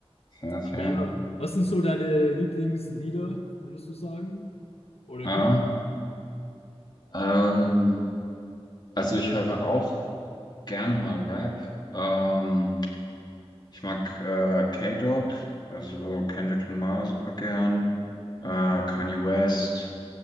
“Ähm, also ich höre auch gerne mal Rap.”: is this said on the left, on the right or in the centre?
Left